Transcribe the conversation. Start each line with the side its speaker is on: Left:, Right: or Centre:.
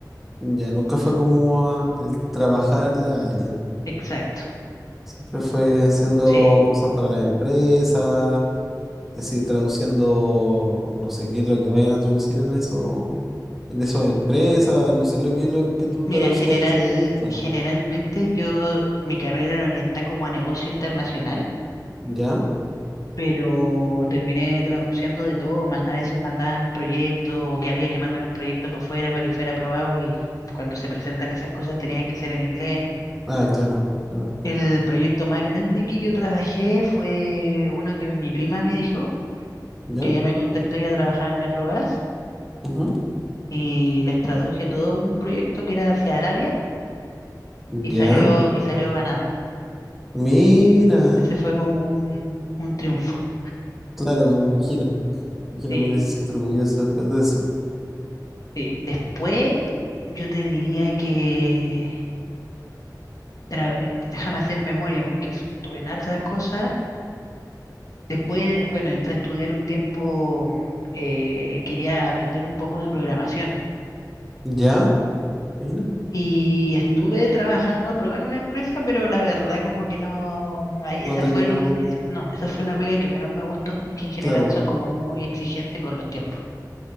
Centre: Ya nunca fue como a- el trabajarle a alguien.
Left: Exacto.
Centre: Siempre fue haciendo
Left: Sí.
Centre: cosas para las empresas, y así traduciendo, no sé qué es lo que vayan a traducir en eso, en esas empresas, no sé lo que es lo que tú
Left: Mira,
Centre: traducías
Left: general,
Centre: y así como puntual.
Left: generalmente yo, mi carrera la orienté como a negocio internacional.
Centre: ¿Ya?
Left: pero terminé traduciendo de todo, man- a veces mandaban proyectos o que había que mandar un proyecto para afuera para que fuera aprobado y cuando se presentan esas cosas tenían que ser en inglés.
Centre: Ah, claro. Ah,
Left: El proyecto más grande que yo trabajé fue uno que mi prima me dijo,
Centre: ¿ya?
Left: que ella me contactó, ella trabajaba en Metrogas
Centre: Ujú.
Left: y les traduje todo un proyecto que era hacia Arabia y
Centre: ¿Ya?
Left: salió, y salió ganador.
Centre: Mira.
Left: Ese fue como un, un triunfo.
Centre: Claro, me imagino. Me Imagino
Left: Sí,
Centre: que uno se siente orgulloso después de eso.
Left: sí. Después yo te diría que... tra- déjame hacer memoria porque f- tuve en hartas cosas. Después, bueno, entré a estudiar un tiempo, eh, quería aprender un poco de programación.
Centre: ¿Ya? Mira.
Left: Y estuve trabajando a prueba en una empresa, pero la verdad como que no, ahí
Centre: No
Left: esa
Centre: terminó.
Left: fue el, no, esa fue la pega que menos me gustó porque en general
Centre: Claro.
Left: son como muy exigentes con los tiempos.